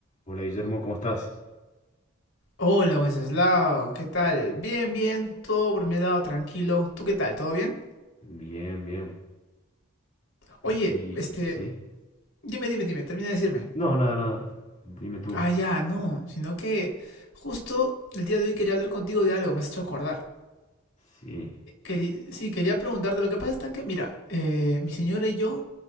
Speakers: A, on the left; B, on the left.
A: Hola Guillermo, ¿cómo estás?
B: Hola, Wenceslao, ¿qué tal? Bien, bien, todo por mi lado, tranquilo. ¿Tú qué tal? ¿Todo bien?
A: Bien, bien.
B: Oye,
A: Aquí,
B: este,
A: ¿sí?
B: dime, dime, dime, termina de decirme.
A: No, nada, nada. Dime tú.
B: Ah, ya, no, sino que justo el día de hoy quería hablar contigo de algo, me has hecho acordar.
A: Sí.
B: Queri- sí, quería preguntarte, lo que pasa es tan que, mira, eh, mi señora y yo,